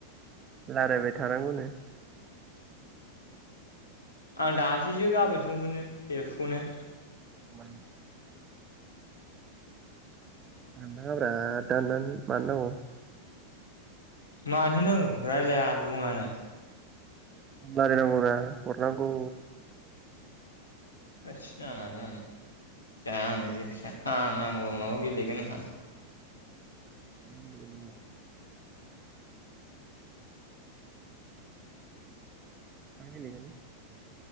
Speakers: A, on the right; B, on the left.
A: लारायबाय थानांगौनो
B: आं दानसैसो गाबोन समफोरनो एफसखौनो
A: <inaudible> दाननाङाब्रा दाननानो मानो नांगौ
B: मानोथो नांगौ रायलाया बुङानो
A: लायरायनांगौब्रा हरनांगौ
B: थोदस नाङालै आंनो जाया आं बेनिफ्राय फैसा आं नांगौबा माबा गेलेगोन आंहा
A: <inaudible> मा गेलेगोन